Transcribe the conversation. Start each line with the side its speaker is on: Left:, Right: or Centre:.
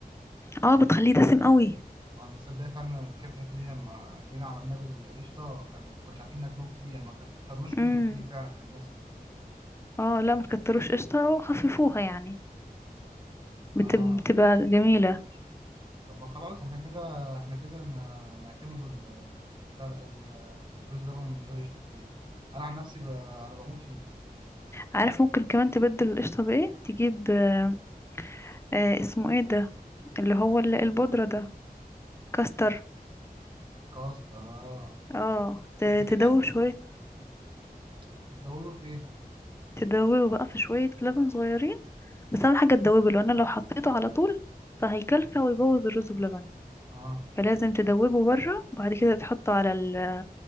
Left: اه بتخليه دسم قوي
Right: اه بس صدق فعلا الكبت الحته دي لما جينا عملناه بالقشطه كان ما كناش عارفين ناكله كتير يعني ما كترناش
Left: امم
Right: منه كتير فعلا كان دسم
Left: اه لا ما تكتروش قشطة وخففوها يعني
Right: اه
Left: بت- بتبقى جميلة
Right: طب ما خلاص احنا كده احنا كده ن- نعتمدوا ال- بتاع ال- الرز ده من غير قشطه كتير انا عن نفسي ب... انا بموت فيه
Left: عارف ممكن كمان تبدل القشطة بإيه تجيب آه آه، اسمه ايه ده اللي هو ال- البودرة ده كاستر
Right: الكاستر اه
Left: اه ت-
Right: بس كده
Left: تدوب شوية
Right: بتدوبه في ايه
Left: تدوبه بقى في شوية لبن صغيرين بس أهم حاجة تدوبه لأن لو حطيته على طول فهيكلكع ويبوظ الرز بلبن
Right: اه
Left: فلازم تدوبه بره وبعد كده تحطه على ال- على